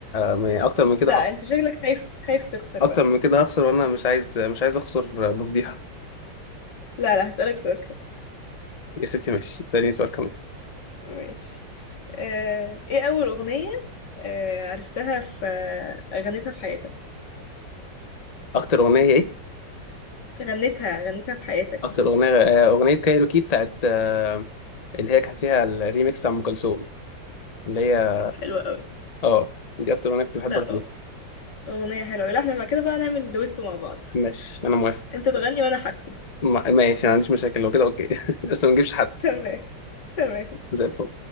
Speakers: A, on the left; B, on the left.
A: ما- أكتر من كده
B: لا
A: هخسر
B: انت شكلك خايف خايف تخسر
A: أكتر
B: بقى
A: من كده هخسر وأنا مش عايز مش عايز أخسر بفضيحة
B: لا لا هسألك سؤال
A: يا ستي ماشي اسأليني سؤال كمان
B: كمان ماشي آه، ايه اول اغنية آه، عرفتها في آه، غنيتها في حياتك
A: أكتر أغنية إيه؟
B: غنيتها غنيتها في حياتك
A: أكتر أغنية آه، أغنية كايروكي بتاعت آه، اللي هي كان فيها الريميكس بتاع ام كلثوم اللي هي
B: طب حلوة قوي
A: اه دي اكتر اغنيه كنت بحب
B: لا
A: اغنيها
B: أه، اغنية حلوة أوي. لا احنا مع كده بقى نعمل دويتو مع بعض
A: ماشي انا موافق
B: انت تغني وانا احكي
A: ما- ماشي ما عنديش مشاكل لو كده اوكي <laughs> بس ما نجيبش حد
B: تمام تمام
A: زي الفل